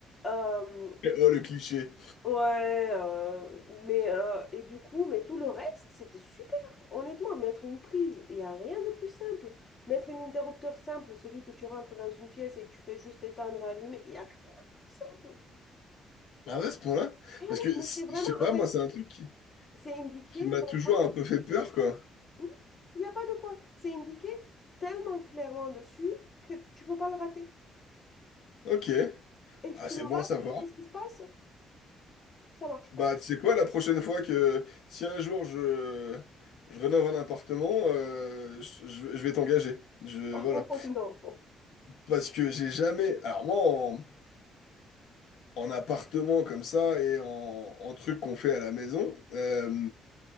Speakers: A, on the left; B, on the left.
A: Euh,
B: Oh, le cliché.
A: Ouais, euh, mais euh, et du coup, mais tout le reste, c'était super. Honnêtement, mettre une prise, il n'y a rien de plus simple. Mettre un interrupteur simple, celui que tu rentres dans une pièce et tu fais juste éteindre, allumer, il n'y a rien de plus simple.
B: Ah ouais, à ce point-là?
A: Oui,
B: Parce que,
A: mais
B: c-
A: c'est vraiment,
B: je sais pas,
A: en fait,
B: moi, c'est un truc qui,
A: c'est indiqué
B: qui m'a
A: vraiment,
B: toujours un peu fait peur, quoi.
A: hmm, il n'y a pas de quoi. C'est indiqué tellement clairement dessus que tu peux pas le rater.
B: Ok.
A: Et si
B: Ah,
A: tu
B: c'est
A: le rates,
B: bon à savoir.
A: tu sais ce qui se passe? Ça marche
B: Bah,
A: pas.
B: tu sais quoi, la prochaine fois que si un jour je, je rénove un appartement, euh, je, je- je vais t'engager. Je,
A: <laughs>
B: voilà.
A: Oh non,
B: Parce que j'ai jamais. Alors, moi, en, en appartement comme ça et en, en truc qu'on fait à la maison, euh,